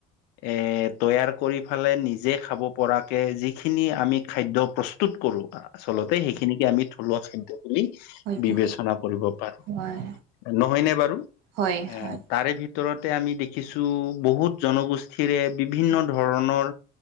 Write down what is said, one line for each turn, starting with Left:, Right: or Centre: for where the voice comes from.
Left: এ তৈয়াৰ কৰি ফালে নিজে খাব পৰাকে যিখিনি আমি খাদ্য প্ৰস্তুত কৰোঁ আচলতে সেইখিনিকে আমি থলুৱা খাদ্য বুলি বিবেচনা
Right: হয়,
Left: কৰিব পাৰো
Right: হয়,
Left: নহয়নে বাৰু
Right: হয়,
Left: এ
Right: হয়
Left: তাৰে ভিতৰতে আমি দেখিছো বহুত জনগোষ্ঠীৰে বিভিন্ন
Right: হয়
Left: ধৰণৰ